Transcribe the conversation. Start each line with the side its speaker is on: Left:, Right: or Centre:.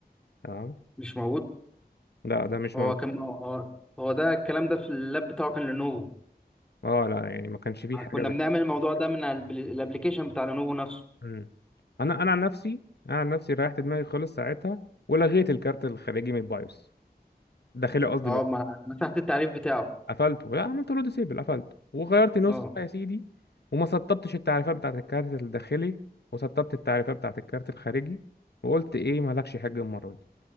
Left: تمام
Centre: مش موجود
Left: لا ده مش
Centre: هو
Left: موجود
Centre: كان هو هو ده الكلام ده في اللاب بتاعه كان لينوفو
Left: اه لا يعني ما كانش فيه حاجه
Centre: كنا
Left: زي
Centre: بنعمل الموضوع ده من الابلكيشن بتاع لينوفو نفسه
Left: امم انا انا عن نفسي انا عن نفسي ريحت دماغي خالص ساعتها ولغيت الكارت الخارجي من البايوس الداخلي قصدي
Centre: اه ما- مسحت التعريف بتاعه
Left: قفلته لا عملت له ديسيبل قفلته وغيرت نسخة
Centre: اه
Left: يا سيدي وما سطبتش التعريفات بتاعت الكارت الداخلي وسطبت التعريفات بتاعت الكارت الخارجي وقلت ايه مالكش حاجة المرة دي